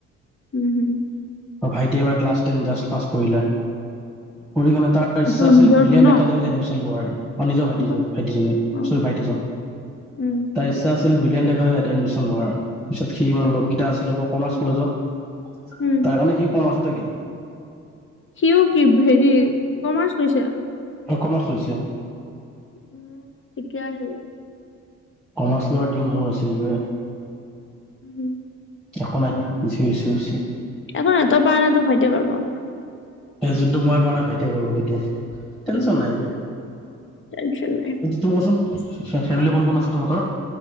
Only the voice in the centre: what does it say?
ভাইটি এবাৰ ক্লছ টেন জা পাছ কৰিলা পৰি কিনে তাৰ ইচ্ছা
আছিল
বিলিয়ন
একাডেমীত এডমিচন লোৱাৰ মোৰ নিজৰ ভাইটি
টো ভাইটিজনী
চৰি ভাইটিজন
তাৰ ইচ্ছা আছিল বিলিয়ন একা এডমিশ্যন লোৱাৰ আৰু পিছত সি আমাৰ
লগকেইটা আছিল আকৌ কমাৰ্চ কলেজত
তাৰ কাৰণে সিও কমাৰ্চত গিলো
ৰকমত হৈছে
কমাৰ্চ লোৱাৰ ডিম বোৰ আছিল বে
একো নাই
যি হৈছে হৈছে
এ যোনটো মই পৰা নাই ভাইটিয়ে কৰো সেইটো টেনচন
নাই
তোৰ কচোন ফেমিলি কোন কোন আছে তহঁতৰ